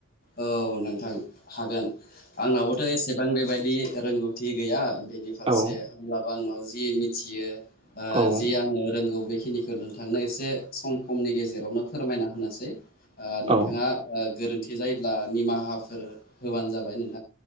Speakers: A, on the left; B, on the right.
A: औ नोंथां हागोन आंनावबोथ' एसेबां बेबायदि रोंगौथि गैया बेनि
B: औ
A: फारसे होमब्लाबो आंनाव जि मिथियो
B: औ
A: जि आङो रोंगौ बेखिनिखौ नोंथांनो एसे खम सममनि गेजेरावनो फोरमायना होनोसै।
B: औ
A: नोंथाङा गोरोन्थि जायोब्ला निमाहाफोर होबानो जाबाय नों